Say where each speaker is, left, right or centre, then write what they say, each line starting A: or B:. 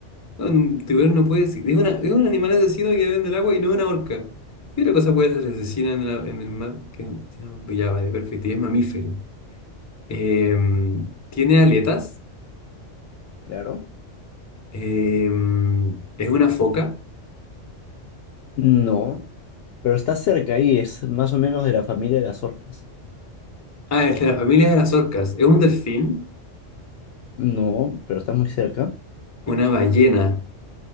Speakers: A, on the left; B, on the left.
A: Un tiburón no puede ser. Es una, es un animal asesino que vive en el agua y no es una orca. ¿Qué otra cosa puede ser asesina en, la- en el mar? Que- ya, vale, perfecto. Y es mamífero. Eh, ¿tiene aletas?
B: claro.
A: Eh, ¿es una foca?
B: No, pero está cerca ahí, es más o menos de la familia de las orcas.
A: Ah, es de la familia de las orcas. ¿Es un delfín?
B: No, pero está muy cerca.
A: Una ballena.